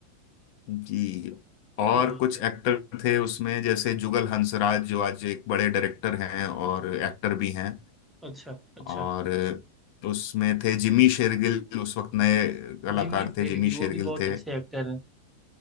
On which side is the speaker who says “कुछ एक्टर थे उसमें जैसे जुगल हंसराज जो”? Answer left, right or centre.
Left